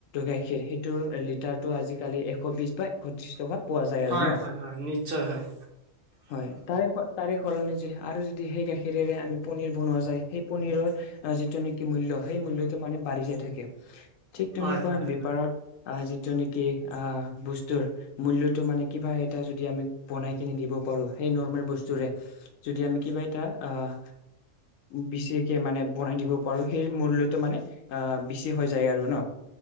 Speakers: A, on the left; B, on the right.
A: গাখীৰ সেইটোৰ লিটাৰটো আজিকালি এশ বিশ বা। পঁচিছ টকা পোৱা যায় আৰু
B: হয়,
A: ন
B: হয়, হয়, নিশ্চয় হয়।
A: হয় তাৰে। তাৰে সলনি যদি আৰু যদি সেই গাখীৰেৰে আমি পনীৰ বনোৱা যায় সেই পনীৰৰ। যিটো নেকি মূল্য সেই মূল্যটো মানে বাঢ়ি যায় থাকে ঠিক তেনেকুৱা
B: হয়, হয়,
A: বেপাৰত।
B: হয়,
A: অ যিটো নেকি অ বস্তুৰ। মূল্যটো মানে কিবা এটা যদি আমি বনাই কিনে দিব পাৰো সেই নৰ্মেল বস্তুৰে। যদি আমি কিবা এটা আহ। বেচিকে মানে বনাই দিব পাৰো সেই মূল্যটো মানে। অ বেছি হৈ যায় আৰু ন।